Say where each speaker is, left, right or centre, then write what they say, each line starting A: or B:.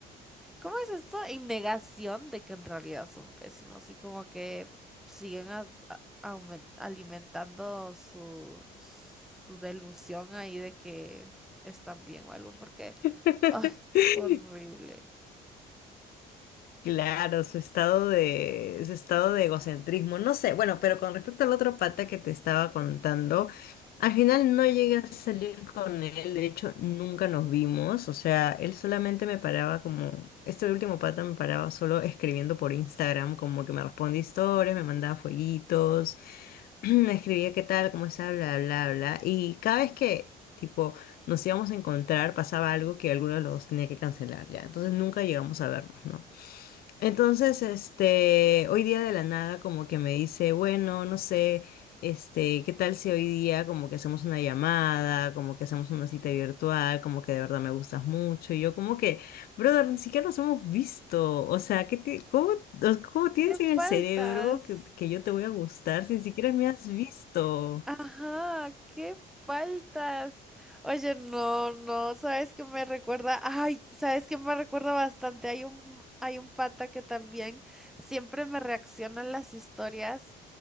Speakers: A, in the centre; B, on the left (about 65°).
A: ¿cómo es esto? En negación de que en realidad son pésimos y como que siguen a- a- aumen- alimentando su, su delusión ahí de que están bien o algo, porque,
B: <laughs>
A: ay, horrible.
B: Claro, su estado de, su estado de egocentrismo, no sé, bueno, pero con respecto al otro pata que te estaba contando, al final no llegué a salir con él, de hecho nunca nos vimos, o sea, él solamente me paraba como, este último pata me paraba solo escribiendo por Instagram, como que me respondía historias, me mandaba fueguitos. <clears throat> escribía qué tal, cómo está, bla, bla, bla. Y cada vez que, tipo, nos íbamos a encontrar, pasaba algo que alguno de los dos tenía que cancelar, ya. Entonces nunca llegamos a vernos, ¿no? Entonces, este, hoy día de la nada como que me dice, bueno, no sé, este, ¿qué tal si hoy día como que hacemos una llamada, como que hacemos una cita virtual, como que de verdad me gustas mucho? Y yo como que, brother, ni siquiera nos hemos visto, o sea, ¿qué ti- cómo, o- cómo tienes
A: ¿Qué
B: en el
A: faltas?
B: cerebro que, que yo te voy a gustar si ni siquiera me has visto?
A: Ajá, ¿qué faltas? Oye, no, no, ¿sabes qué me recuerda? Ay, ¿sabes qué me recuerda bastante? Hay un, hay un pata que también siempre me reacciona en las historias